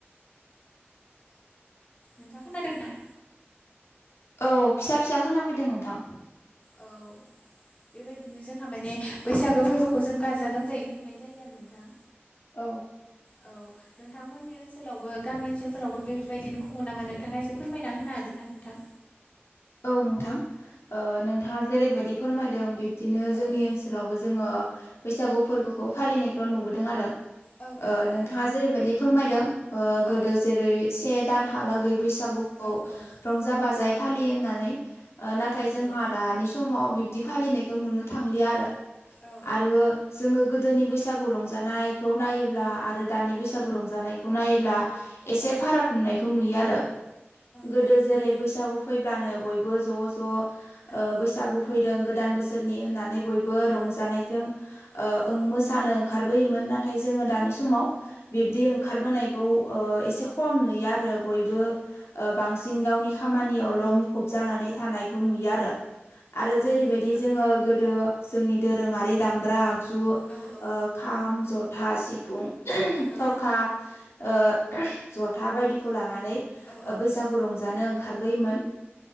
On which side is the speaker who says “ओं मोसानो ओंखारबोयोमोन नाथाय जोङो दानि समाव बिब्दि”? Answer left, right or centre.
Left